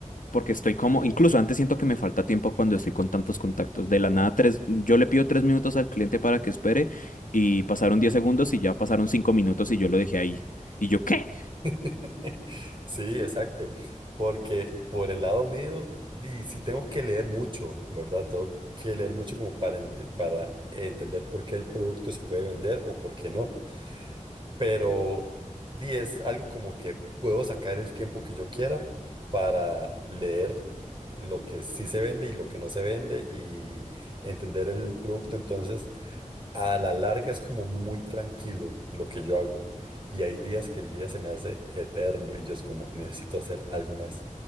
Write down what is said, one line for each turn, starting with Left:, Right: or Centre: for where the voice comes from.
Left: porque estoy como, incluso antes siento que me falta tiempo cuando estoy con tantos contactos. De la nada, tres, yo le pido tres minutos al cliente para que espere y pasaron diez segundos y ya pasaron cinco minutos y yo lo dejé ahí. Y yo, ¿qué?
Right: <laughs> Sí, exacto. Porque por el lado mío, di, sí tengo que leer mucho, ¿verdad? Tengo que leer mucho como para, ente- para entender por qué el producto se puede vender o por qué no. pero 10, algo como que puedo sacar el tiempo que yo quiera para leer lo que sí se vende y lo que no se vende y entender el producto. Entonces, a la larga es como muy tranquilo lo que yo hago. Y hay días que el día se me hace eterno y yo es como, necesito hacer algo más,